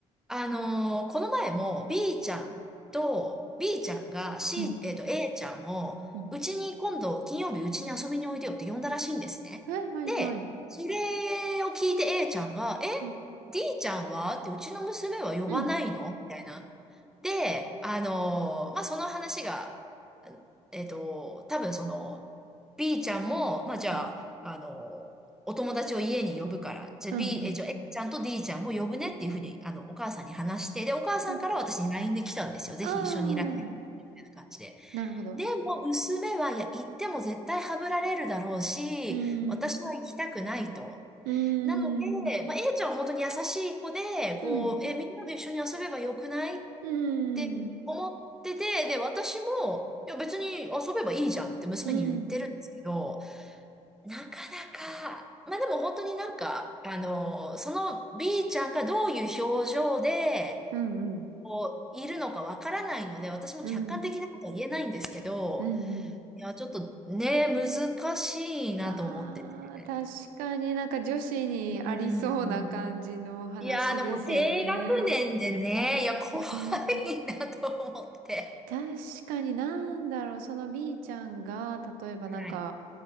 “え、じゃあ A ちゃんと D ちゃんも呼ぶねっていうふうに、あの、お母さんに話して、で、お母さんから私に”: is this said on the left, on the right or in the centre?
Centre